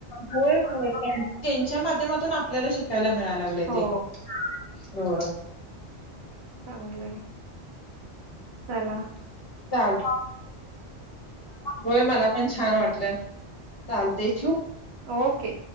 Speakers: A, on the left; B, on the right.
A: होय होय त्यांच्या माध्यमातून आपल्याला शिकायला मिळा लागलेय
B: हो,
A: ते हो
B: चांगलंय काला
A: चाल होय मला पण छान
B: अ,
A: वाटलं चालतेच
B: ओके